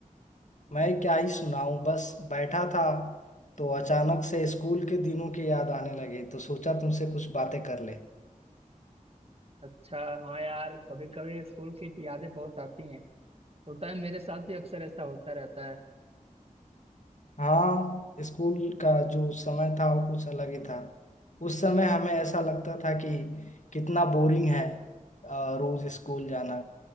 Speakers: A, on the left; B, on the right.
A: मैं क्या ही सुनाऊं बस बैठा था तो अचानक से स्कूल के दिनों की याद आने लगे तो सोचा तुमसे कुछ बातें कर ले
B: अच्छा हाँ यार कभी कभी स्कूल की यादें बहुत आती हैं होता है मेरे साथ भी अक्सर ऐसा होता रहता है
A: हाँ स्कूल का जो समय था वो कुछ अलग ही था उस समय हमें ऐसा लगता था कि कितना बोरिंग है अ, रोज स्कूल जाना